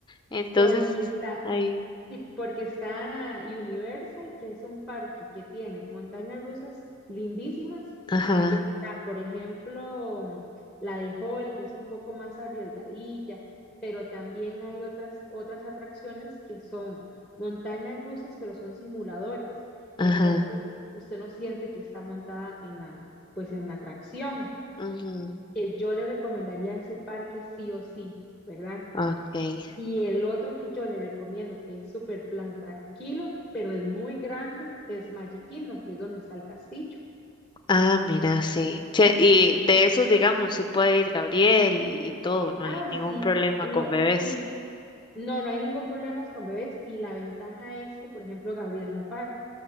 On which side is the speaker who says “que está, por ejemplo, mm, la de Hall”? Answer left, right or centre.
Centre